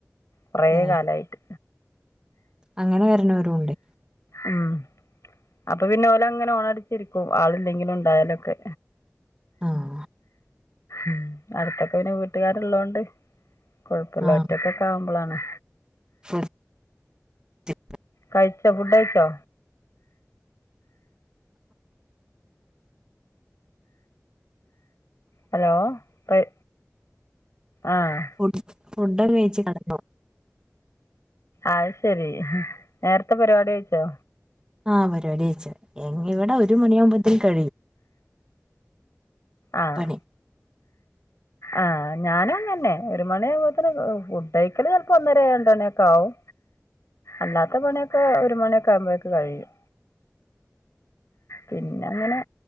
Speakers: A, on the left; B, on the right.
A: കൊറേ
B: ഏഹ്
A: കാലായിട്ട്
B: അങ്ങനെ വരുന്നോരുണ്ടെ
A: ഉം അപ്പൊ പിന്നെ ഓലങ്ങനെ ഹോണടിച്ചിരിക്കും ആള്ല്ലെങ്കിലും ഇണ്ടായാലൊക്കെ
B: ആഹ്
A: ഉം അടുത്തൊക്കെ പിന്നെ വീട്ടുകാര്ള്ളോണ്ട് കൊഴപ്പല്ല
B: ആഹ്
A: ഒറ്റക്ക് ട്ടാവുമ്പളാണ്
B: <inaudible>
A: കയിച്ചോ ഫുഡ് കയിച്ചോ ഹലോ കയ് ആഹ്
B: ഫുട്‌സ് ഫുടൊക്കെ കയിച്ച് കെടന്നോ
A: അയ് ശരി നേരത്തെ പരിപാടി കയിച്ചോ
B: ആഹ് പരുവാടി കഴിച്ച് ഇങ്ങ ഇവടെ ഒരു മണിയാവുമ്പത്തേനും കഴിയും
A: ആഹ്.
B: പണി
A: ആഹ് ഞാനും അങ്ങന്നെ ഒരു മണി ആകുമ്പോത്തിന് ഫുഡ് കഴിക്കല് ചെലപ്പോ ഒന്നര രണ്ട് മണിയൊക്കെ ആവും അല്ലാത്ത പണിയൊക്കെ ഒരു മണിയൊക്കെ ആകുമ്പോഴേക്ക് കഴിയും പിന്നങ്ങനെ